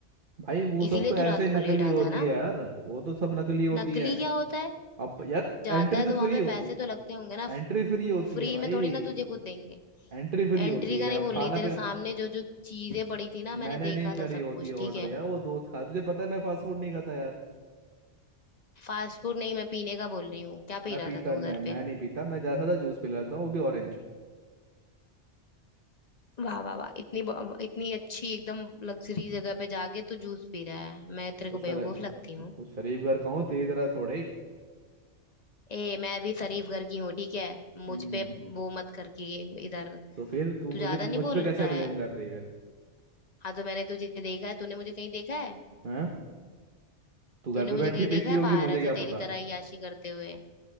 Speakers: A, on the right; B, on the left.
A: भाई वो सब
B: इसीलिए
A: तो ऐसे
B: तू रात
A: नकली
B: को लेट
A: होती
B: आता है ना
A: है यार वो तो सब नकली होती
B: नकली
A: है
B: क्या होता है
A: अब यार
B: जाता
A: एंट्री
B: है
A: तो
B: तो
A: फ्री
B: वहां पे
A: होती
B: पैसे
A: है
B: तो लगते होंगे ना
A: एंट्री फ्री होती
B: फ्री
A: है भाई
B: में थोड़ी ना तुझे कुछ देंगे
A: एंट्री फ्री
B: एंट्री
A: होती
B: का
A: है
B: नहीं
A: अब
B: बोल
A: खाना
B: रही
A: पीना
B: तेरे सामने जो जो चीजें पड़ी थी ना
A: मैंने
B: मैंने देखा
A: नहीं करी
B: था सब
A: होती
B: कुछ
A: है ऑर्डर
B: ठीक है
A: यार वो दोस्त खा तुझे पता है मैं फास्ट फूड नहीं खाता यार
B: फास्ट फूड नहीं मैं पीने का बोल रही हूँ क्या पी
A: मैं
B: रहा
A: पीता
B: था तू
A: नहीं
B: उधर पे
A: मैं नहीं पीता मैं ज़्यादा से ज़्यादा जूस पी लेता हूँ वो भी ऑरेंज
B: वाह वाह वाह इतनी ब- इतनी अच्छी एकदम लग्जरी जगह पे जाके तू जूस पी रहा है मैं तेरे
A: तो
B: को
A: शर
B: बेवकूफ
A: तो
B: लगती हूँ
A: शरीफ घर का हूँ तेरी तरह थोड़े ही
B: ए मैं भी शरीफ घर की हूँ ठीक है मुझ
A: हम्म
B: पे वो मत कर कि इधर
A: तो फिर तू
B: तू
A: मुझे
B: ज्यादा
A: मुझ
B: नहीं बोल
A: पे कैसे
B: रहा
A: ब्लेम
B: है
A: कर रही है फिर
B: हाँ तो मैंने तुझे देखा है तूने मुझे कहीं देखा है
A: हैं तू घर
B: तूने
A: पे
B: मुझे
A: बैठ
B: कहीं
A: के पीती
B: देखा है
A: होगी
B: बाहर
A: मुझे
B: ऐसे
A: क्या पता
B: तेरी तरह याशी करते हुए